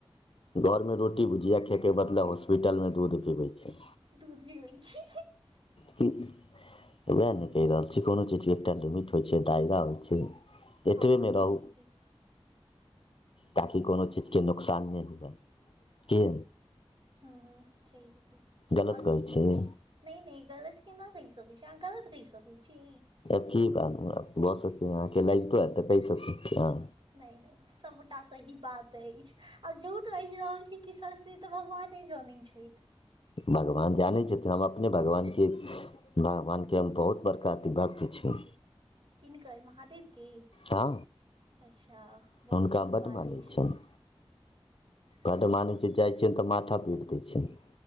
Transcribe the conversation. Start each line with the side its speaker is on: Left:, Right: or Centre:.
Left: घरमे रोटी भुजिया खयके बदला हॉस्पिटलमे दूध पीबै छै
Right: दूध पीबे छै
Left: कि वएह नहि कहि रहल छी कोनो चीजके एकटा लडिमिट होइ छै दायरा होइ छै
Right: हँ
Left: एतबेमे
Right: छैहे
Left: रहू
Right: की
Left: ताकि कोनो चीजके नुोकसान नहि हुए कि
Right: हू हू छहिये कि
Left: गलत
Right: आओर
Left: कहै
Right: कहियो
Left: छियै
Right: आगा नहि नहि गलत केना केय सके छी अहाँ गलत कहि सकैत छी
Left: आब की बात भऽ सकतै अहाँकेँ लगितो हेतऽ कहि सकै छी अहाँ
Right: नहि नहि सभटा सही बात अछि आ झूट बाजि रहल छी कि सत्य से तऽ भगवाने जनैत छथि
Left: भगवान जानै छथिन हम अपने भगवानके भगवानके हम बहुत बड़का अ भक्त छी
Right: किनकर महादेवके
Left: हँ
Right: अच्छा बहुत
Left: हुनका
Right: नीक
Left: हम बड्ड
Right: बात
Left: मानै
Right: अछि
Left: छियनि बड्ड मानै छै जाइ छियनि तऽ माठा पीट दै छनि